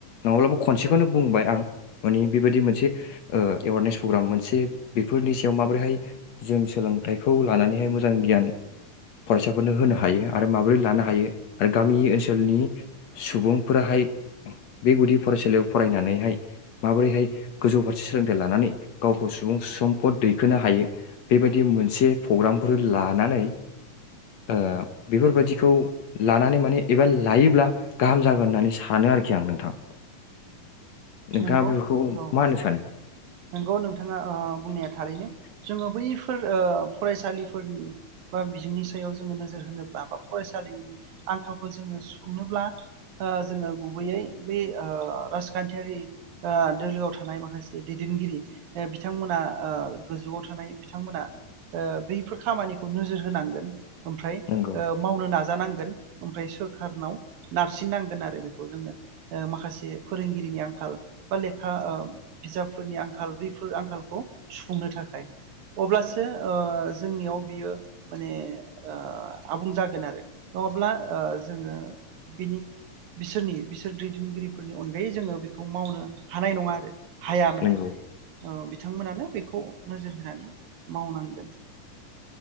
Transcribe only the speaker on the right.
नंगौ
औ
नंगौ नोंथाङा ओ बुंनाया थारैनो जोङो बै फोर ओ फरायसालिफोरनि बा बिजोंनि सायाव जोङो नोजोर होनोब्ला बा फरायसालिनि आंखालखौ जोङो सुंनोब्ला ओ जोङो गुबैयै बे ओ राजखान्थियारि ओ दोलोआव थानाय माखासे दैदेनगिरि बिथांमोना ओ गोजौआव थानाय बिथांमोना ओ बैफोर खामानिखौ नोजोर होनांगोन। ओमफ्राय
ओ मावनो नाजा। जानांगोन ओमफ्राय सोरखारनाव नारसिननांगोन आरो बेखौ जोंनो ओ माखासे फोरोंगिरिनि आंखाल। बा लेखा ओ बिजाबफोरनि आंखाल बैफोर आंखालखौ सुफुंनो थाखाय अब्लासो ओ जोंनियाव बियो माने ओ आबुं जागोन आरो नङाब्ला जोङो बिनि बिसोरनि बिसोर दैदेनगिरिफोरनि अनगायै जोङो बेखौ मावनो हानाय नङा आरो। हाया माने।
ओ बिथांमोनानो बेखौ नोजोर होनानै मावनांगोन।